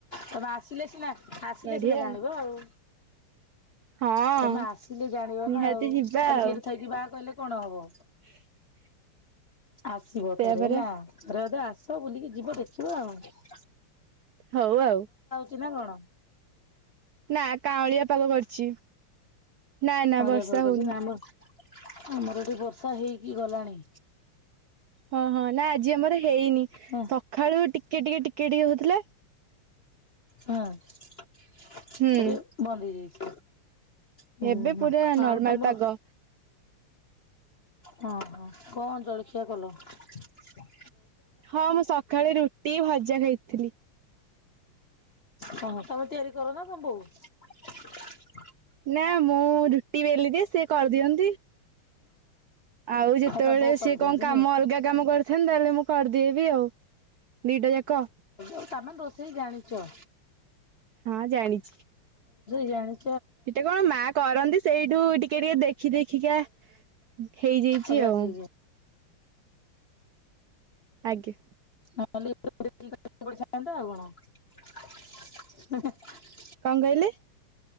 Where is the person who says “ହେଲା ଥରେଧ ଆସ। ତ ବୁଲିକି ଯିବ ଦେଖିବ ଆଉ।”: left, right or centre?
Left